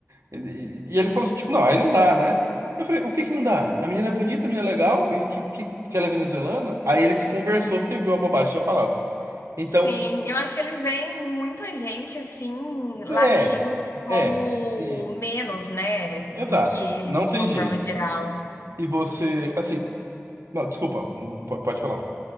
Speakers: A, on the right (about 75°); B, on the left (about 65°).
A: Ele- E ele falou assim, tipo, não, aí não dá, né? Eu falei, o que que não dá? A menina é bonita, a menina é legal, e que, que, que ela é venezuelana? Aí ele desconversou porque viu a bobagem que tinha falado. Então,
B: Sim, eu acho que eles veem muita gente, assim, latinos
A: é,
B: como
A: é, e-
B: menos, né,
A: exato,
B: do que eles,
A: não tem
B: de uma
A: jeito.
B: forma geral.
A: E você, assim, não, desculpa, hum, po- pode falar.